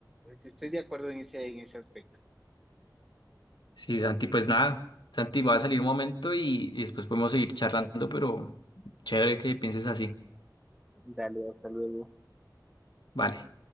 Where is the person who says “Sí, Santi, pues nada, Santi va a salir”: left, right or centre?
Left